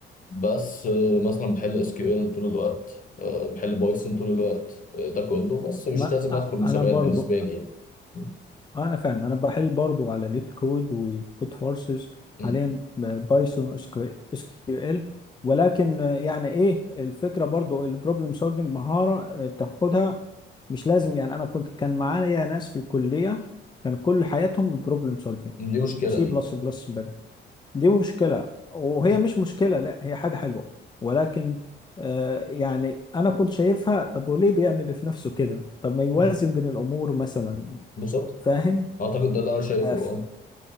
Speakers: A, on the left; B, on the left.
A: بس آه، مثلا بحل اس كيو ال طول الوقت آه، بحل بايثون طول الوقت آه، ده كله بس مش
B: ما
A: لازم
B: آه،
A: ادخل مسابقات
B: انا برضو
A: بالنسبه لي يعني م-
B: انا فاهم انا بحل برضو على ليت كود وكود فورسز
A: م-
B: حاليا بايثون اس كيو ال ولكن آه، يعني ايه الفكره برضو البروبلم سولفنج مهاره آه، بتاخدها مش لازم يعني انا كنت كان معايا ناس في الكليه كان كل حياتهم بروبلم سولفنج
A: دي مشكله
B: سي
A: دي
B: بلس بلس دي مشكلة وهي
A: م-
B: مش مشكلة لا هي حاجة حلوة ولكن آه يعني أنا كنت شايفها طب وليه بيعمل في نفسه كده طب ما يوازن
A: م.
B: بين الأمور مثلا
A: بالظبط
B: فاهم
A: اعتقد ده اللي انا شايفه
B: آه ف-
A: اه